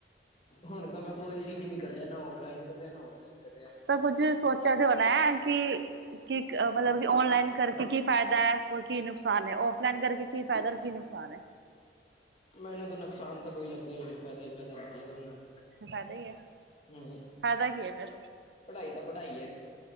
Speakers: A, on the left; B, on the right.
A: ਹੁਣ ਤਾਂ ਮੈਂ ਕੋਈ ਸੀ ਵੀ ਨੀ ਕਰ ਰਿਹਾ ਨਾ ਔਫਲਾਈਨ ਕਰ ਰਿਹਾ ਨਾ ਔਨਲਾਈਨ ਕਰ ਰਿਆ
B: ਤਾਂ ਕੁੱਝ ਸੋਚਿਆ ਤੇ ਹੋਣਾ ਐ ਕਿ ਕੀ ਮਤਲਬ ਕਿ ਔਨਲਾਈਨ ਕਰਕੇ ਕੀ ਫਾਇਦਾ ਐ? ਔਰ ਕੀ ਨੁਕਸਾਨ ਔਫਲਾਈਨ ਕਰਕੇ ਕੀ ਫਾਇਦਾ ਔਰ ਕੀ ਨੁਕਸਾਨ ਐ?
A: ਮੈਨੂੰ ਤਾਂ ਨੁਕਸਾਨ ਤਾਂ ਕੋਈ ਲੱਗਿਆ ਈ ਨਹੀਂ ਫਾਇਦਾ ਹੀ ਫਾਇਦਾ ਲੱਗਿਆ ਦੋਨਾ 'ਚ
B: ਫਾਇਦਾ ਹੀ ਹੈ
A: ਹਮ,
B: ਫਾਇਦਾ ਕੀ ਹੈ ਫਿਰ
A: ਪੜ੍ਹਾਈ ਤਾਂ ਪੜ੍ਹਾਈ ਐ।